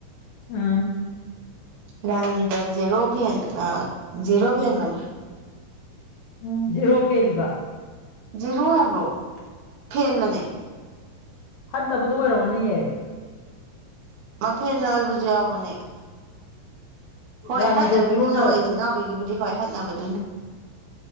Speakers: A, on the left; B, on the right.
A: ꯎꯝ
B: ꯔꯥꯅꯤꯗ ꯖꯦꯔꯣ ꯐꯦꯟ ꯑ ꯖꯦꯔꯣ ꯐꯦꯟꯕꯅꯦ
A: ꯎꯝ ꯖꯦꯔꯣ ꯐꯦꯜꯂꯤꯕ
B: ꯖꯤꯔꯣ ꯍꯥꯏꯕꯣ ꯐꯦꯟꯕꯅꯦ
A: ꯍꯠꯅꯕꯗꯣ ꯑꯣꯏꯔꯝꯒꯅꯤꯌꯦ
B: ꯃꯐꯦꯟꯅ ꯑꯣꯏꯕꯁꯨ ꯌꯥꯎꯕꯅꯦ ꯍꯣꯏ
A: ꯔꯥꯅꯤꯗ
B: ꯍꯥꯠꯅꯕꯗꯨꯅ
A: ꯖꯤꯔꯣꯅ
B: ꯑꯣꯏ ꯏꯨꯅꯥꯎꯕꯤꯒꯤꯕꯨꯗꯤ ꯍꯣꯏ ꯍꯥꯠꯅꯕꯗꯨꯅ